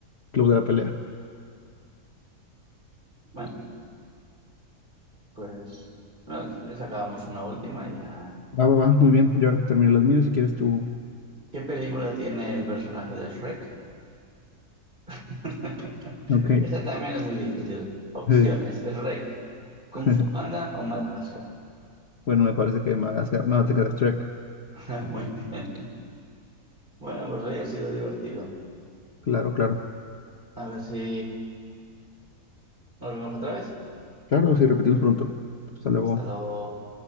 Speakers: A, on the left; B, on the right.
A: club de la pelea.
B: Bueno, pues bueno, si quieres acabamos una última y ya.
A: Va, va, va, muy bien. Yo ahora terminé los míos si quieres tú.
B: ¿Qué película tiene el personaje de Shrek? <laughs>
A: Ok.
B: Esa también es muy difícil. Opciones,
A: Sí.
B: Shrek, Kung
A: <laughs>
B: Fu Panda o Madagascar.
A: Bueno, me parece que me has ganado. No, te quedas track.
B: <laughs> Muy bien. Bueno, pues hoy ha sido divertido.
A: Claro, claro.
B: A ver si nos vemos otra vez.
A: Claro, sí, repetimos pronto. Hasta luego.
B: Hasta luego.